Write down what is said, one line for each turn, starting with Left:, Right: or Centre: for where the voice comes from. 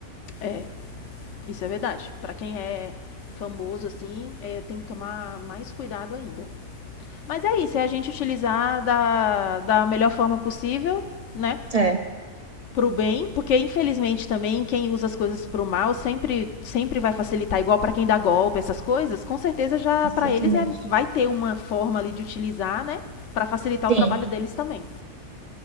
Left: É, isso é verdade. Pra quem é famoso, assim, é, tem que tomar mais cuidado ainda. Mas é isso, é a gente utilizar da, da melhor forma possível, né?
Right: É,
Left: pro bem, porque infelizmente também quem usa as coisas pro mal sempre sempre vai facilitar igual para quem dá golpe, essas coisas, com certeza já
Right: exatamente.
Left: para eles é vai ter uma forma ali de utilizar, né, para facilitar
Right: Sim.
Left: o trabalho deles também.